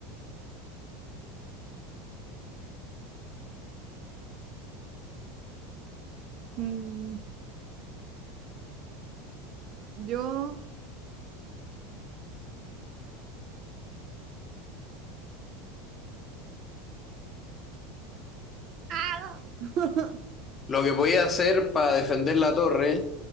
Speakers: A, on the right (about 35°); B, on the left (about 20°).
A: Mm, yo... ¡Ah! <laughs>
B: Lo que voy a hacer para defender la torre